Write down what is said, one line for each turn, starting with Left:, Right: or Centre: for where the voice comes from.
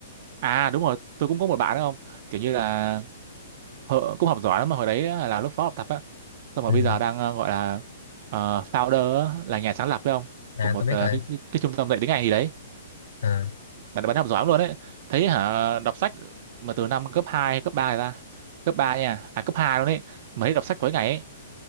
Right: à đúng rồi tôi cũng có một bạn đó không kiểu như là họ- cũng học giỏi lắm mà hồi đấy á, là lớp phó học tập á xong rồi
Left: ừ.
Right: bây giờ đang ờ, gọi là ờ, founder á, là nhà sáng lập phải không
Left: à
Right: của một
Left: tôi biết
Right: ờ,
Left: rồi
Right: cái, cái, cái trung tâm dạy tiếng Anh gì đấy
Left: à,
Right: bạn bạn học giỏi lắm luôn đấy thấy hả đọc sách mà từ năm cấp 2 cấp 3 ra cấp 3 nha à cấp 2 luôn đấy mà thấy đọc sách tối ngày ấy